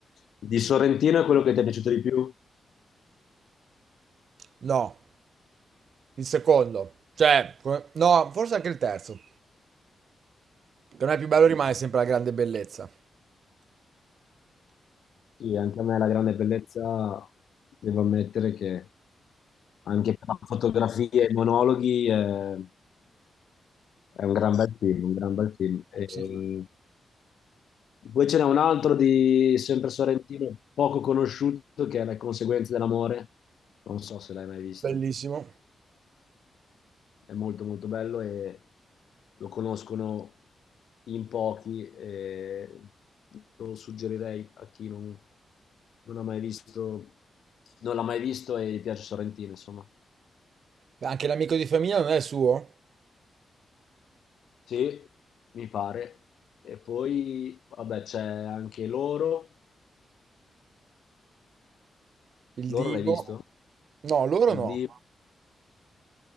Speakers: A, on the left; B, on the right.
A: Di Sorrentino è quello che ti è piaciuto di più?
B: No, il secondo. Cioè, come- no, forse anche il terzo. Per me il più bello rimane sempre la grande bellezza.
A: Sì, anche a me la grande bellezza, devo ammettere che anche per la fotografia e i monologhi eh, è, un gran bel film, un gran bel film. E
B: Sì,
A: eh, poi ce n'è un altro di sempre Sorrentino, poco conosciuto, che è Le conseguenze dell'amore. Non so se l'hai mai visto.
B: Bellissimo.
A: è molto molto bello e lo conoscono in pochi e lo suggerirei a chi non, non ha mai visto, non l'ha mai visto e gli piace Sorrentino, insomma.
B: Beh, Anche l'amico di famiglia non è suo?
A: Sì, mi pare. E poi, vabbè, c'è anche loro.
B: Il
A: Loro
B: Divo?
A: l'hai visto?
B: No, loro
A: Il
B: no.
A: D.